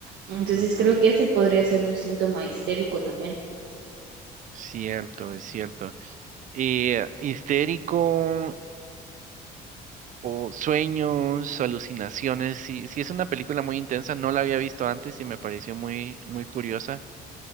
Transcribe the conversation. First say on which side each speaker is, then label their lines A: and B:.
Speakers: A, on the right; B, on the right.
A: Entonces
B: Ujú.
A: creo que ese podría ser un síntoma histérico también.
B: Cierto, es cierto. Eh, histérico o sueños, alucinaciones. Sí, sí es una película muy intensa, no la había visto antes y me pareció muy, muy curiosa.